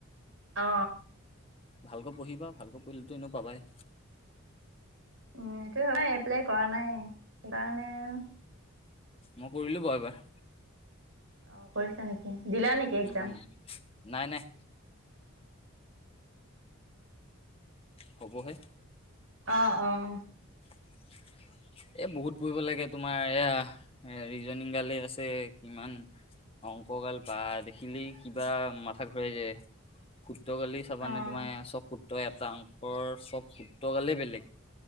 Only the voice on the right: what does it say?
অ
উম সেইটো হয় এপ্লাই কৰা নাই সেইকাৰণে আৰু
অ কৰিছা নিকি দিলা নিকি এক্জাম
অ, অ।
অ'।